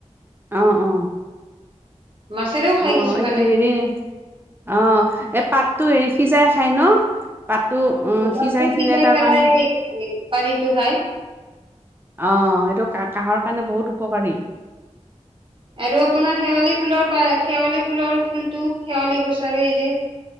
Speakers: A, on the right; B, on the right.
A: অ অ
B: মাছেৰেও খাই
A: অ
B: কিছুমানে
A: এতিয়া হেৰি অ এই পাতটো হেৰি সিজাই খাই ন পাতটো
B: পাতটো
A: সিজাই সিজাই তাৰ
B: পেলাই
A: পানী
B: পানীটো খাই
A: অঁ এইটো ক কাহৰ কাৰণে বহুত উপকাৰী
B: আৰু আপোনাৰ শেৱালি ফুলৰ শেৱালি ফুলৰ ফুলটো শেৱালি গছৰ সেই যে